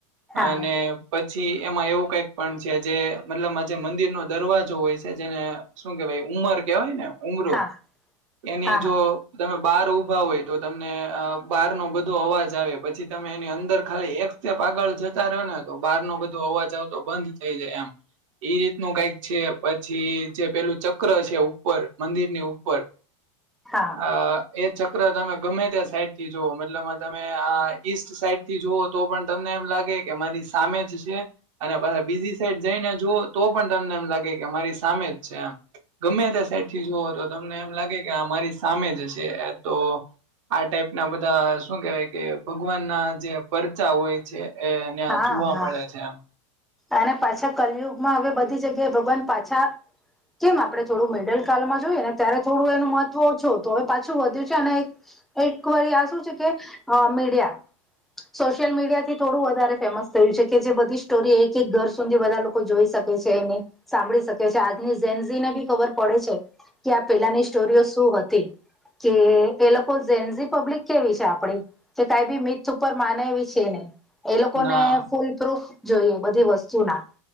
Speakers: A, in the centre; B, on the right.
A: હા
B: અને પછી. એમાં એવું કઈક પણ છે જે મતલબ આજે મંદિરનો દરવાજો હોય છે જેને શું કેવાય ઉમર કેવાય ને ઉમરો
A: હા
B: એની
A: હા
B: જો
A: હા
B: તમે બાર ઊભા હોય તો તમને અ બાર નો બધો અવાજ આવે પછી તમે એની અંદર ખાલી એક તેમ આગળ જતા રહ્યો ને તો બાર નો બધો અવાજ આવતો બંધ થઈ જાય એમ. એ રીતનું કઈક છે પછી જે પેલું ચક્ર છે ઉપર મંદિરની ઉપર <inaudible>
A: હા.
B: અ એ ચક્ર તમે ગમે ત્યાં સાઈડ થી જુવ મતલબમાં તમે આ ઈસ્ટ સાઈડ થી જુઓ તો પણ તમને એમ લાગે કે મારી સામે જ છે અને પહા બીજી સાઈડ જઈને જુઓ તો પણ તમને એમ લાગે કે અમારી સામે જ છે એમ. ગમે ત્યાં સાઈડથી જુઓ તો તમને એમ લાગે કે અમારી સામે જ છે તો આ ટાઈપ ના બધા શું કેવાય કે ભગવાન ના જે પર પરચા હોય છે એ એને
A: હા
B: જોવા
A: હા
B: મળે છે એમ.
A: અને પાછા કલિયુગમાં હવે બધી જગ્યાએ ભગવાન પાછા જેમ આપણે થોડું મિડલ કાલમાં જોઈએ ને ત્યારે થોડું એનું મહત્વ ઓછો તો હવે પાછું વધ્યું છે અને એક એક વાર આ શું છે કે આ મીડિયા સોશિયલ મીડિયા થી થોડું વધારે. ફેમસ થયું છે કે જે બધી સ્ટોરી એક એક ઘર સુધી બધા લોકો જોઈ શકે છે એની સાંભળી શકે છે. આજની ઝનઝીને ભી ખબર પડે છે. કે આ પેહલાની સ્ટોરીઓ શું હતી. કે એ લોકો ઝેન ઝી પબ્લિક કેવી છે આપડી? કે કઈ બી મીથ ઉપર માને એવી છે નહી. એ લોકોને
B: ના
A: ફૂલ પ્રૂફ જોઈએ બધી વસ્તુના.